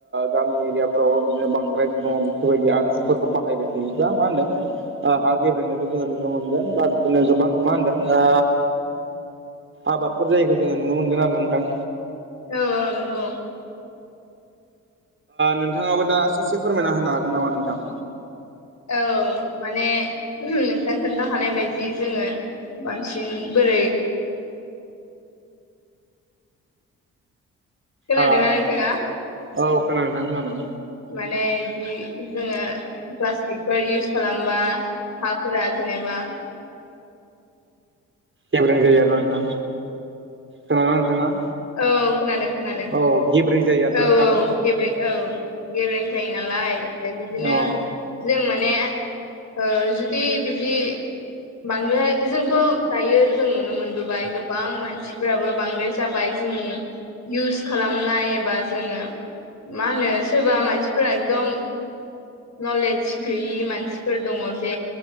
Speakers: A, on the right; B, on the left.
A: गामि एरियाफोराव बिदिनो बांद्राय बिबाङाव बेफोरबायदि आगजुफोरखौ बाहायबाय थायोब्ला मा होनदों ओ हा गेब्रेनायखौ जोङो नुनो मोनगोन बा बिदिनो गोबां मा होनदों आबादफोर जायखौ जोङो नुनो मोनगोन आरोा नोंथां
B: औ-औ नंगौ
A: नोंथाङाबो दा ससे फोरमायना होनो हागोन नामा नोंथां
B: औ माने नोंथां खोन्थाखानाय बायदि जोङो बांसिन बोरै खोनादोंना
A: आ
B: नोंथाङा
A: औ खोनादों नोंथां खोनादों।
B: माने बिदि जोङो प्लास्टिकफोर इउस खालामबा हाफोरा जेनेबा
A: गेब्रें जायो आरो ना नोंथां खोनादों नोंथाङा?
B: औ खोनादों खोनादों
A: औ गेब्रें जायो आरोना
B: औ
A: नोंथां
B: औ। गेबें औ गेब्रेें जायो नालाय ओमफ्राय बिदिनो
A: औ
B: जों माने ओ जुदि बिदि बांद्रायहाय जोंथ' दायो जों नुनो मोनबोबाय गोबां मानसिफोराबो बांद्राय जाबाय। जोंनि इउस खालामनाय एबा जोङो मा होनो सोरबा मानसि फोरा एकदम नलेज गैयि मानसिफोर दङ' जे